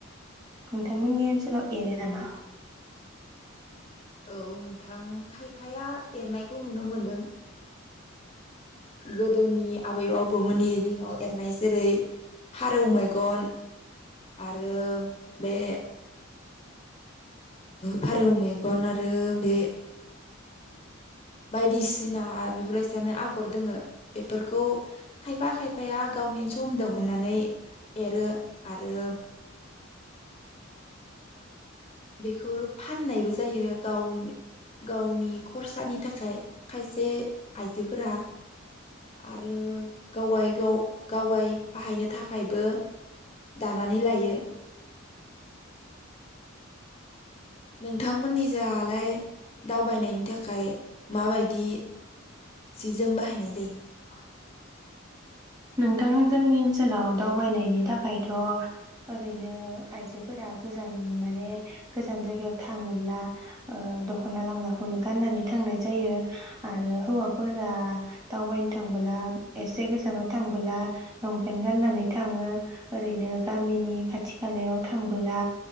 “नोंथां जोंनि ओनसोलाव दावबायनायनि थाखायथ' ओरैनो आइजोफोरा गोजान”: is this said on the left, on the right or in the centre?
Right